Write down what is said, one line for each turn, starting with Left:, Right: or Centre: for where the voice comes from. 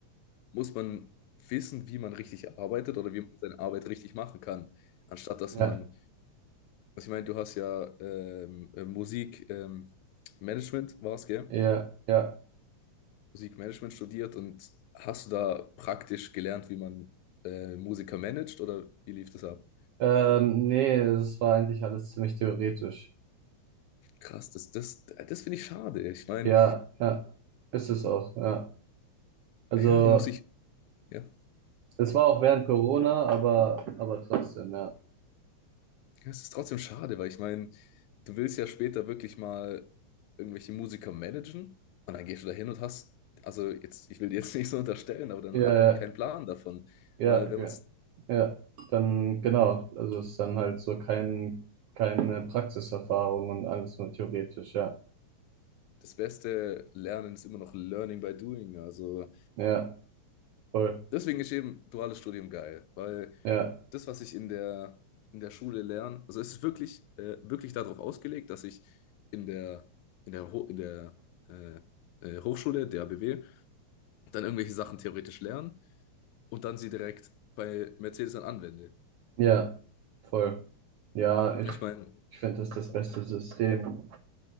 Left: muss man wissen, wie man richtig arbeitet oder wie man seine Arbeit richtig machen kann, anstatt dass
Right: ja,
Left: man, was ich meine, du hast ja ähm, äh, Musik, ähm, Management war es, gell?
Right: ja. ja.
Left: Musikmanagement studiert und hast du da praktisch gelernt, wie man äh, Musiker managt oder wie lief das ab?
Right: Ähm, nee, es war eigentlich alles ziemlich theoretisch.
Left: Krass, das, das, das finde ich schade. Ich meine,
Right: Ja, ja, ist es auch, ja. Also,
Left: ja, du musst dich, ja.
Right: es war auch während Corona, aber, aber trotzdem, ja.
Left: Ja, es ist trotzdem schade, weil ich meine, du willst ja später wirklich mal irgendwelche Musiker managen und dann gehst du da hin und hast, also jetzt, ich will dir jetzt <laughs> nicht so unterstellen, aber dann
Right: Ja,
Left: hat man keinen Plan davon,
Right: ja,
Left: weil wenn
Right: ja, ja.
Left: man
Right: ja. Dann, genau, also es ist dann halt so kein, keine Praxiserfahrung und alles nur theoretisch, ja.
Left: das Beste lernen ist immer noch Learning by Doing. Also
Right: Ja, voll.
Left: deswegen ist eben duales Studium geil, weil
Right: Ja,
Left: das, was ich in der, in der Schule lerne, also es ist wirklich, äh, wirklich darauf ausgelegt, dass ich in der, in der, Ho- in der äh, äh, Hochschule, der ABW, dann irgendwelche Sachen theoretisch lerne und dann sie direkt bei Mercedes dann anwende.
Right: ja, voll. Ja, ich,
Left: Ich meine,
Right: ich finde das das beste System.